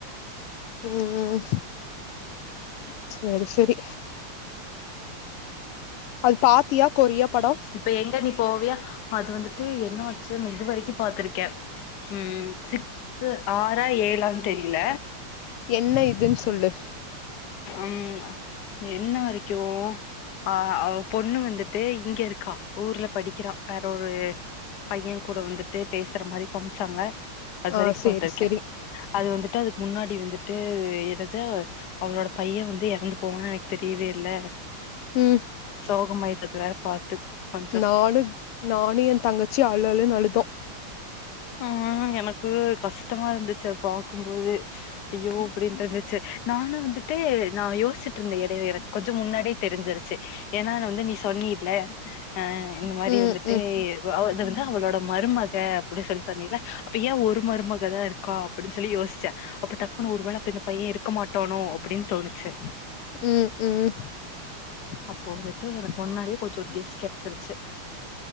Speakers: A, on the left; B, on the left.
A: ம் ம்
B: <inaudible>
A: சேரி சரி அது பாத்தியா கொரியா படோ
B: இப்ப எங்க நீ போவியா அது வந்துட்டு என்ன ஆச்சு இதுவரைக்கு பாத்துருக்கே ம் சிக் ஆறா ஏழான் தெரியில
A: என்ன இதுன்னு சொல்லு
B: ம் என்ன வரைக்கு அ பொண்ணு வந்துட்டு இங்க இருக்கா ஊர்ல படிக்கிறா வேற ஒரு பைய கூட வந்துட்டு பேசுற மாரி காமிச்சாங்க அது
A: ஆ
B: வரைக்கு
A: சேரி
B: பாத்திருக்கே
A: சேரி
B: அது வந்துட்டு அதுக்கு முன்னாடி வந்துட்டு என்னது அவளோட பைய வந்து இறந்து போவா எனக்கு தெரியவே இல்ல
A: ம்
B: சோகமாய்ட்டுக்கிறாரு பாத்து கொஞ்சோ
A: நானு நானு என் தங்கச்சியு அழு அழுனு அழுதோ
B: ஆ எனக்கு கஷ்டமா இருந்துச்சி அது பாக்கும் போதே ஐயோ அப்டின்னு தெரிஞ்சிச்சு நானு வந்துட்டு நா யோஸ்சிட்டு இருந்த எடைல எனக் கொஞ்சம் முன்னாடியே தெரிஞ்சிருச்சி ஏனா நா வந்து நீ சொன்னில்ல அ இந்த மாரி
A: ம்
B: வந்துட்டு
A: ம்
B: அது வந்து அவளோட மருமக அப்டி சொல்லி சொன்னில அப்ப ஏ ஒரு மருமகதா இருக்கா அப்டின் சொல்லி யோஸ்ச்சே அப்ப டக்குன்னு ஒரு வேல அப்ப இந்தப் பைய இருக்க மாட்டானோ அப்டின் தோணுச்சு
A: ம் ம்
B: அப்போ வந்துட்டு எனக்கு முன்னாடியே கொஞ்ச ஒரு கெஸ் கெடச்சிருச்சு